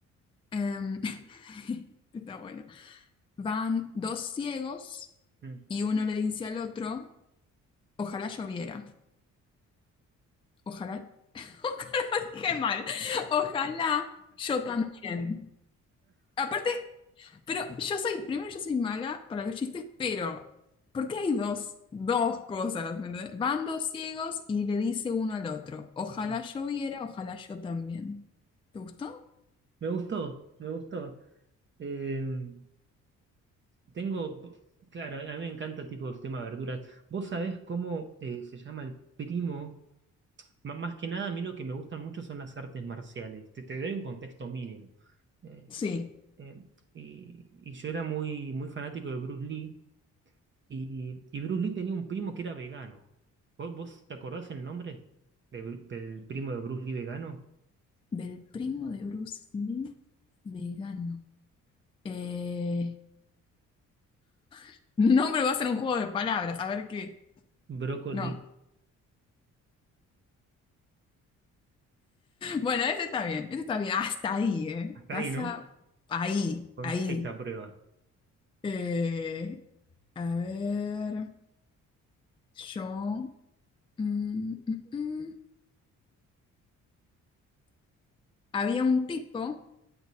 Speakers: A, on the left; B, on the right.
A: Em, <laughs> está bueno. Van dos ciegos
B: Mm.
A: y uno le dice al otro Ojalá lloviera. Ojalá. <laughs> Dije mal. Ojalá yo también. Aparte, pero yo soy, primero yo soy mala para los chistes, pero ¿por qué hay dos, dos cosas? ¿me entendés? Van dos ciegos y le dice uno al otro, ojalá
B: <laughs>
A: lloviera, ojalá yo también. ¿Te gustó?
B: Me gustó, me gustó. Eh, tengo, claro, a mí me encanta tipo el tema de verduras. ¿Vos sabés cómo eh, se llama el primo M- más que nada, a mí lo que me gustan mucho son las artes marciales. Te, te doy un contexto mínimo. Eh,
A: Sí.
B: eh, y, y yo era muy, muy fanático de Bruce Lee y, y Bruce Lee tenía un primo que era vegano. ¿Vos, vos te acordás el nombre de Bru- del primo de Bruce Lee vegano?
A: Del primo de Bruce Lee, vegano. Eh, <laughs> nombre va a ser un juego de palabras, a ver qué.
B: Brócoli.
A: No. Bueno, ese está bien, ese está bien, hasta ahí, ¿eh?
B: Hasta
A: Pasa
B: ahí, ¿no?
A: ahí,
B: Con
A: ahí.
B: seis a prueba.
A: Eh, a ver, yo... mm, mm, mm. Había un tipo,